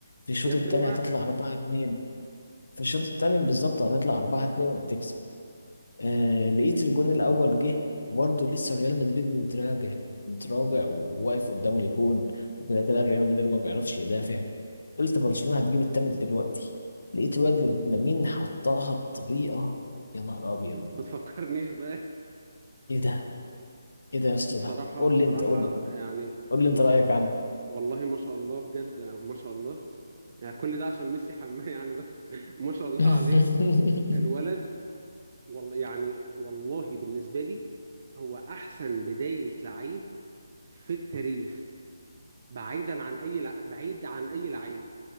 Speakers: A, on the left; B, on the right.
A: في الشوط
B: يا 2
A: التاني
B: 1
A: هتطلع اربعة اتنين في الشوط التاني بالظبط هتطلع اربعة اتنين وهتكسب آه لقيت الجون الاول جه وبرضه لسه ريال مدريد متراجع متراجع وواقف قدام الجون وكده كده ريال مدريد ما بيعرفش يدافع قلت برشلونة هتجيب التامن دلوقتي لقيت الواد لامين حطها بطريقة يا نهار ابيض
B: ما تفكرنيش بقى
A: ايه ده ايه ده يا اسطى
B: بصراحه
A: ده قول
B: بصراحه
A: لي انت قول لي
B: يعني
A: قول لي
B: ما
A: انت رأيك
B: شاء
A: عنه
B: والله ما شاء الله بجد ما شاء الله يعني كل ده عشان ميسي حماه <laughs> يعني بس ما شاء الله
A: <laughs>
B: عليه الولد والله يعني والله بالنسبه لي هو احسن بدايه لعيب في التاريخ بعيدا عن اي لع... بعيد عن اي لعيب